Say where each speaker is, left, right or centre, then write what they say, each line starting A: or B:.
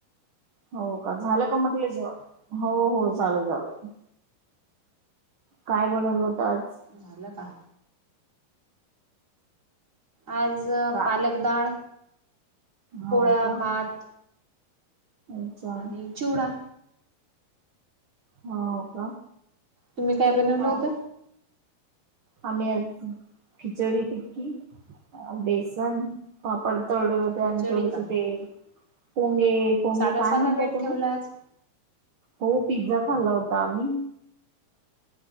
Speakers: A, on the right; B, on the right.
A: हो का झालं का म्हटले जेवण? हो -हो झालं -झालं. काय बनवल होत आज?
B: झालं का? आज
A: का
B: पालकदाळ, पोळ्या,
A: हो का
B: भात.
A: अच्छा
B: आणि चिवडा.
A: हो का.
B: तुम्ही काय बनवलं
A: हो
B: होत?
A: आम्ही आज खिचडी, टिक्की. बेसन, पापड तडले होते
B: खिचडी
A: आणि थोडेसे
B: का?
A: ते पोंगे पोंगे
B: साधा
A: काय
B: साधा
A: म्हणता
B: बेत
A: तुम्ही?
B: ठेवला आज.
A: हो पिझ्झा खाल्ला होता आम्ही.